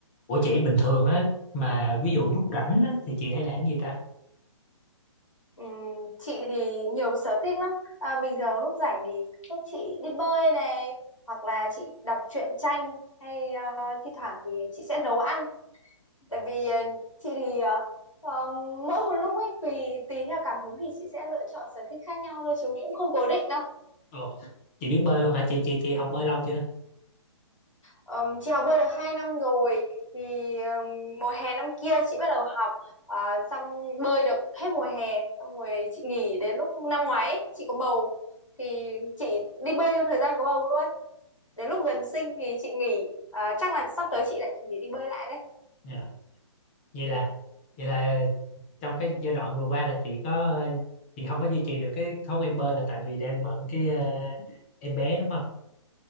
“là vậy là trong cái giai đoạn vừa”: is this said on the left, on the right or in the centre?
Left